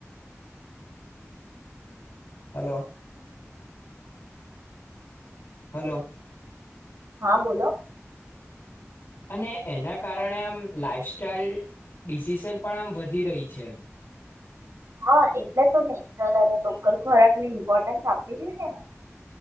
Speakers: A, on the left (about 50°); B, on the right (about 85°).
A: હલો! હલો!
B: હા. બોલો.
A: અને એના કારણે આમ લાાઈફસ્ટાઈલ ડિસિશન પણ આમ વધી રહી છે.
B: હા એટલે તો નેચરલ અને લોકલ ખોરાક ની ઇમ્પોર્ટન્સ આપવી જોઈએ ને.